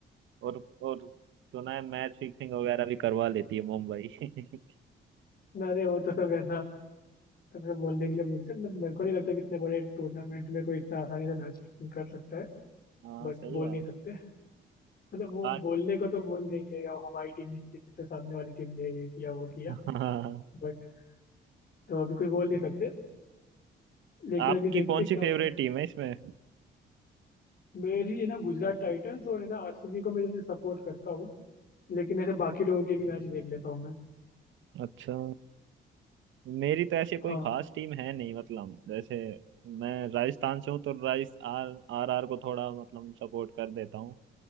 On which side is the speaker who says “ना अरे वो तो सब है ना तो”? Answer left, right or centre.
Left